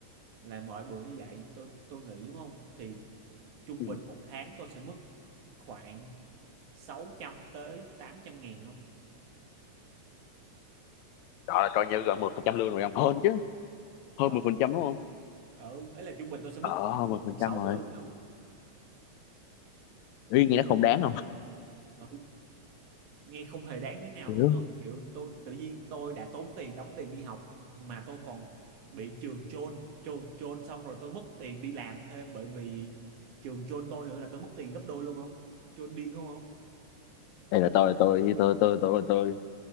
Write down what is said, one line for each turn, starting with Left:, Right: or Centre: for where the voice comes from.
Right: là mỗi bữa như vậy tôi tôi nghỉ đúng không thì trung
Left: ừ.
Right: bình một tháng tôi sẽ mất khoảng 600 tới 800 ngàn không
Left: đó là coi như gần 10% lương rồi ông hơn chứ hơn
Right: hơn
Left: mười phần trăm đúng không
Right: ừ ấy là trung bình tôi sẽ mất
Left: ờ
Right: khoảng
Left: hơn mười
Right: một
Left: phần
Right: phần sáu
Left: trăm rồi
Right: lương đúng không
Left: Ý nghĩa không đáng không
Right: Ừ. nghe không hề đáng miếng nào
Left: hiểu
Right: luôn không kiểu tôi tự nhiên tôi đã tốn tiền đóng tiền đi học mà tôi còn bị trường chôn chôn chôn xong rồi tôi mất tiền đi làm thêm bởi vì trường chôn tôi nữa là tôi mất tiền gấp đôi luôn không chôn điên không không
Left: đây là tôi tôi tôi tôi tôi tôi